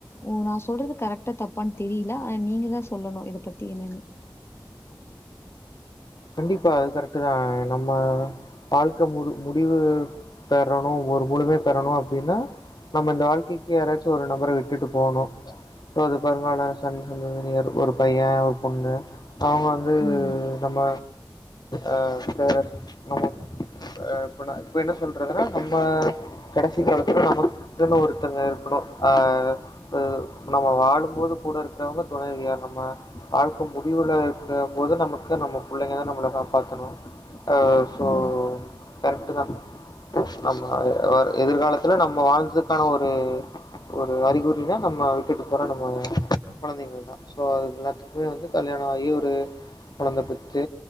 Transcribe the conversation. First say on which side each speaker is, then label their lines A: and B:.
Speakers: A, on the left; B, on the left.
A: உ நா சொல்றது கரெக்டா தப்பான்னு தெரியல ஆன நீங்க தான் சொல்லணு இதை பத்தி என்னன்னு
B: கண்டிப்பா அது கரெக்டு தான் நம்ம வாழ்க்கை மு முடிவு பெறணும் ஒரு மு ழுமே பெறணு அப்டின்னா நம்ம இந்த வாழ்க்கைக்கே யாராச்சு ஒரு நம்பரை விட்டுட்டு போணும் சோ அது பருங்கால சண் சந்தனியர் ஒரு பையன் ஒரு பொண்ணு அவுங்க வந்து
A: ம்
B: நம்ம அஹ் நம்மஹ் இப்ப நா இப்ப என்ன சொல்றதுன்னா நம்ம கடைசி காலத்துல நமகுனு ஒருத்தங்க இருக்கணு ஆஹ் இ நம்ம வாழும்போது கூட இருக்கிறவங்க துணைவியா நம்ம வாழ்க்க முடிவுல இருக்கு போது நமக்கு நம்மோ பிள்ளைங்க தான் நம்மள காப்பாத்தணு ஆ சோ
A: ம்
B: கரெக்டு தா நம்ம எதிர்காலத்தில நம்ம வாழ்ந்ததுக்கான ஒரு ஒரு அறிகுறினா நம்ம விட்டுட்டு போற நம்ம கொழந்தைங்கள் தான் சோ அது எல்லாத்துக்குமே வந்து கல்யாணம் ஆகி ஒரு கொழந்த பெத்து த்து